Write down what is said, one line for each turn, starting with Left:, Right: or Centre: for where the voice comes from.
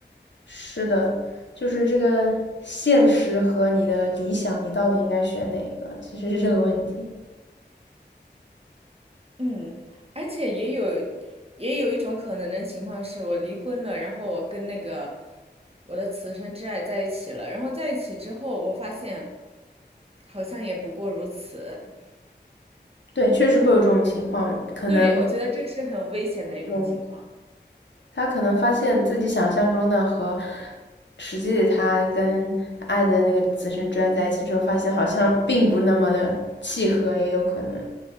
Left: 是的，就是这个现实和你的理想，你到底应该选哪个？其实是这个问题。
Right: 嗯，而且也有也有一种可能的情况是，我离婚了，然后我跟那个我的此生挚爱在一起了，然后在一起之后，我发现好像也不过如此。<laughs>
Left: 对，确实会有这种情况，可能，
Right: 对，我觉得这是很危险的一种情况。
Left: 对，他可能发现自己想象中的和实际的他跟他爱的那个紫生之爱在一起之后，发现好像并不那么的契合，也有可能，